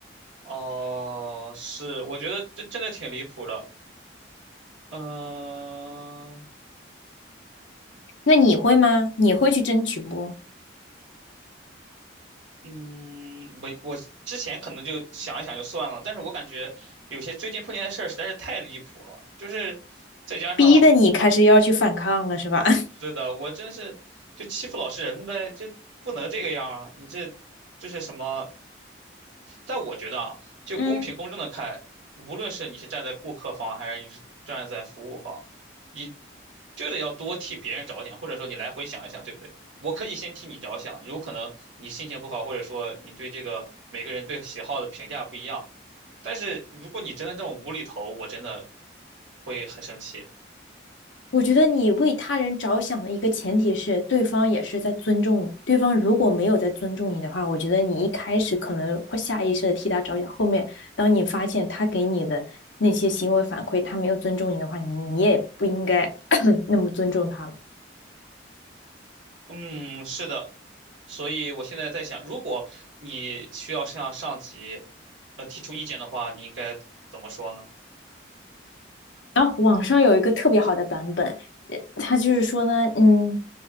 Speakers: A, on the right; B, on the left.
A: 哦，是，我觉得这真的挺离谱的。嗯、
B: 那你会吗？你会去争取不？
A: 嗯，我我之前可能就想一想就算了，但是我感觉有些最近碰见的事儿实在是太离谱了，就是再加上
B: 逼得你开始要去反抗了，是吧？<laughs>
A: 是的，我真是就欺负老实人呗，就不能这个样啊！你这这是什么？但我觉得啊，就公平公正的看，
B: 嗯，
A: 无论是你是站在顾客方，还是你是站在服务方，你就得要多替别人着想，或者说你来回想一想，对不对？我可以先替你着想，有可能你心情不好，或者说你对这个每个人对喜好的评价不一样，但是如果你真的这么无厘头，我真的会很生气。
B: 我觉得你为他人着想的一个前提是，对方也是在尊重你。对方如果没有在尊重你的话，我觉得你一开始可能会下意识的替他着想，后面当你发现他给你的那些行为反馈，他没有尊重你的话，你你也不应该 <coughs> <clears throat> 那么尊重他了。
A: 嗯，是的，所以我现在在想，如果你需要向上级呃提出意见的话，你应该怎么说呢？
B: 然后网上有一个特别好的版本，呃，它就是说呢，嗯，